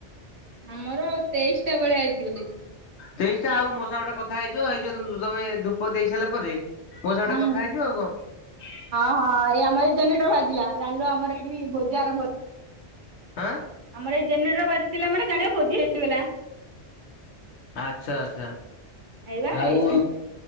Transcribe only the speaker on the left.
ତେଇଶଟା ଆଉ ମୋ ସାଙ୍ଗରେ ଗୋଟେ କଥାହେଇଯିବ ହେଇ ଯିବ। ତମେ ଧୂପ ଦେଇ ସାରିଲା ପରେ ମୋ ସାଙ୍ଗରେ
ଟେ କଥା ହେଇଯିବ ଆଉ କଣ।
ଆଁ।
ଆଚ୍ଛା ଆଚ୍ଛା।
ଆଉ